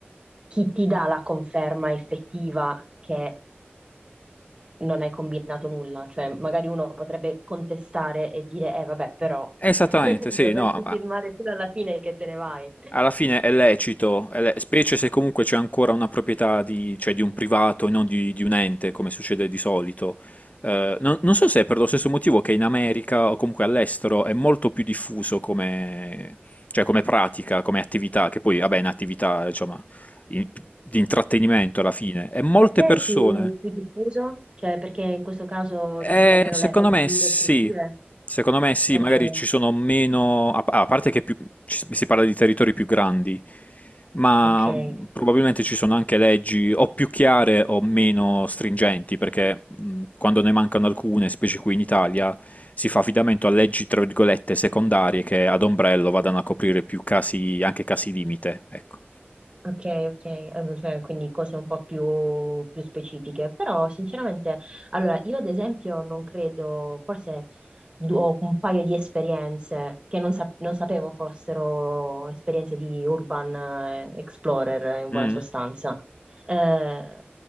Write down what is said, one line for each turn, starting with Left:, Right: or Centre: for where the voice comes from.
Right: chi ti dà la conferma effettiva che non hai combinato nulla? Cioè, magari uno potrebbe contestare e dire, eh vabbè, però
Left: esattamente,
Right: <laughs>
Left: sì,
Right: dovresti
Left: no, ma
Right: filmare fino alla fine che te ne vai.
Left: alla fine è lecito, è le- specie se comunque c'è ancora una proprietà di, cioè di un privato e non di, di un ente, come succede di solito. Eh, non, non so se è per lo stesso motivo che in America o comunque all'estero è molto più diffuso come, cioè come pratica, come attività, che poi, vabbè, è un'attività, insomma, in- di intrattenimento alla fine. E molte
Right: Per te
Left: persone
Right: è più, più diffuso? Cioè, perché in questo caso
Left: Eh,
Right: ci sono meno
Left: secondo
Right: leggi
Left: me sì,
Right: restrittive?
Left: secondo me sì,
Right: Ok,
Left: magari ci sono meno, a, a parte che più- ci- si parla di territori più grandi, ma
Right: ok,
Left: probabilmente ci sono anche leggi o più chiare o meno stringenti, perché mh, quando ne mancano alcune, specie qui in Italia, si fa affidamento a leggi, tra virgolette, secondarie che ad ombrello vadano a coprire più casi, anche casi limite, ecco.
Right: ok, ok, Eh, cioè, quindi cose un po' più, più specifiche, però sinceramente, allora io ad esempio non credo, forse du- ho un paio di esperienze che non, sa- non sapevo fossero esperienze di urban eh, explorer eh, in buona
Left: Mm,
Right: sostanza. Eh,